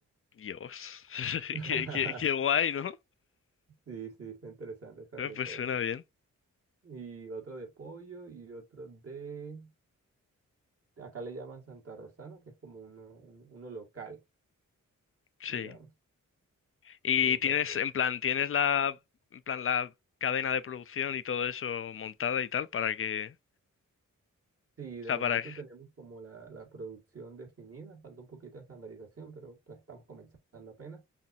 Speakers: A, on the left (about 40°); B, on the right (about 45°).
A: Dios, <laughs>
B: <laughs>
A: qué, qué, qué guay, ¿no?
B: Sí, sí, está interesante, está
A: Eh,
B: rico,
A: Pues suena
B: ¿eh?
A: bien,
B: Y otro de pollo y otro de... Acá le llaman Santa Rosano, que es como uno, un- uno local.
A: sí.
B: digamos.
A: Y
B: Y entonces,
A: tienes, en plan, tienes la, en plan, la cadena de producción y todo eso montada y tal para que,
B: sí,
A: o
B: de
A: sea,
B: momento
A: para,
B: tenemos como la, la producción definida, falta un poquito de estandarización, pero pues estamos comenzando apenas.